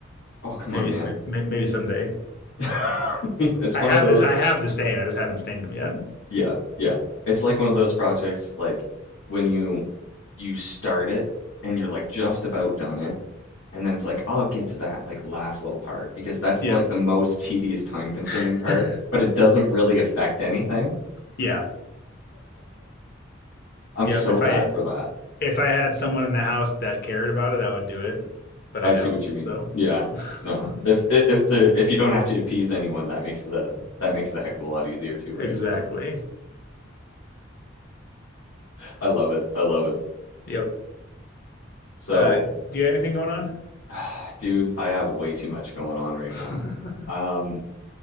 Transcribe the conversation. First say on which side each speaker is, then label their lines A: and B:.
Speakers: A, on the left; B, on the left.
A: Oh, come
B: maybe
A: on, man.
B: it's- may- may- maybe someday.
A: <laughs> It's
B: I
A: one
B: have
A: of those.
B: this. I have the stain. I just haven't stained them yet.
A: Yeah, yeah. It's like one of those projects, like when you you start it and you're like just about done it, and then it's like I'll get to that like last little part because that's
B: Yep.
A: like the most tedious, time consuming
B: <laughs>
A: part, but it doesn't really affect anything.
B: Yeah.
A: I'm
B: Yep.
A: so
B: If
A: bad
B: I
A: for that.
B: if I had someone in the house that cared about it, I would do it, but
A: I
B: I don't.
A: see what you mean.
B: So
A: Yeah.
B: <laughs>
A: No. If i- if the if you don't have to appease anyone, that makes the that makes it a heck of a lot easier too, right?
B: exactly.
A: So I love it. I love it.
B: Yep.
A: So,
B: Uh, do you have anything going on?
A: <sighs> dude, I have way too much going on right
B: <laughs>
A: now. Um,